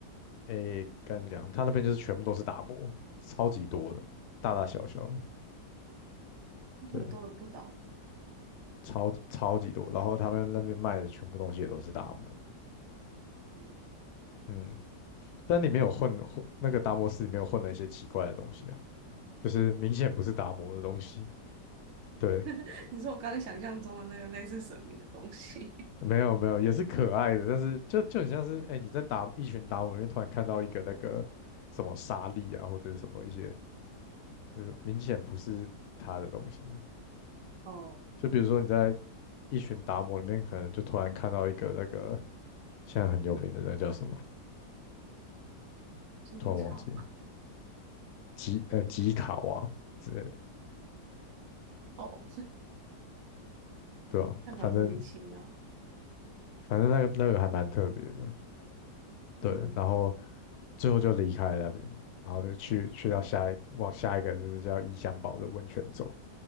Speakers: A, on the left (about 70°); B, on the right (about 60°).
A: 诶，跟你讲，他那边就是全部都是达摩，超级多的，大大小小的，对，
B: 很多的不倒
A: 超级超级多。然后他们那边卖的全部东西也都是达摩。
B: 翁嗯，
A: 嗯，但里面有混混那个达摩寺里面有混了一些奇怪的东西啊，就是明显不是达摩的东西。对，
B: <laughs> 你说我刚刚想象中的那个类似神秘的东西。
A: 没有没有，也是可爱的，但是就就很像是哎、你在达一群达摩里面突然看到一个那个什么沙粒啊，或者是什么一些，就是明显不是他的东西。
B: <laughs> 哦，
A: 就比如说你在
B: 嗯。
A: 一群达摩里面，可能就突然看到一个那个现在很有名的那叫什么，
B: 机常
A: 突然忘记了吉呃吉卡王之类的
B: 哦，这
A: 对吧、
B: 还蛮莫名其妙的。
A: 反正反正那个那个还蛮特别的。对，
B: 嗯，
A: 然后最后就离开了那边，然后就去去到下一往下一个就是叫伊香堡的温泉走，